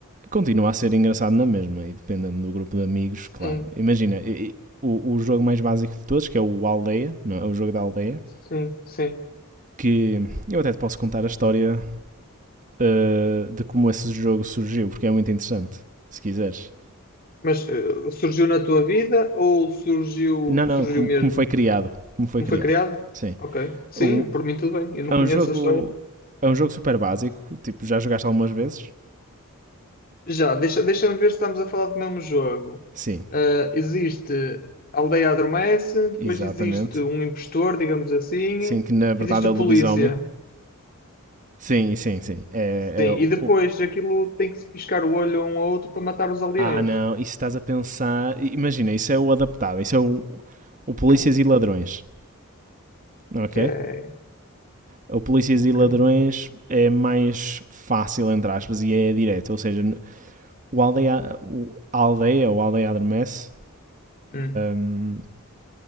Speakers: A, on the right; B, on the left.
A: Continua a ser engraçado na mesma e dependendo do grupo de amigos,
B: sim,
A: claro. Imagina, o, o jogo mais básico de todos, que é o Aldeia, não é? o jogo da Aldeia,
B: sim, sim.
A: que eu até te posso contar a história eh, de como esse jogo surgiu, porque é muito interessante, se quiseres.
B: Mas eh, surgiu na tua vida ou surgiu,
A: Não, não,
B: surgiu
A: como,
B: mesmo?
A: como foi criado. Como foi
B: Como
A: criado.
B: foi criado?
A: Sim.
B: Ok, sim,
A: O,
B: por mim tudo bem. Eu não
A: é
B: conheço
A: um jogo.
B: a história.
A: É um jogo super básico. Tipo, já jogaste algumas vezes?
B: Já, deixa, deixa-me ver se estamos a falar do mesmo jogo.
A: Sim,
B: Ah, existe a aldeia adormece, depois
A: exatamente.
B: existe um impostor, digamos assim,
A: Sim, que na verdade
B: existe
A: é
B: o
A: o lobisomem.
B: polícia.
A: Sim, sim, sim. É,
B: Sim,
A: é o-
B: e depois aquilo tem que se piscar o olho um ao outro para matar os aldeões.
A: Ah, não, isso estás a pensar. Imagina, isso é o adaptado, isso é o, o Polícias
B: Ah,
A: e Ladrões, ok?
B: Ok,
A: O Polícias
B: ok.
A: e Ladrões é mais fácil, entre aspas, e é direto. Ou seja, o aldeia, o aldeia ou aldeia adormece
B: Hum,
A: hum,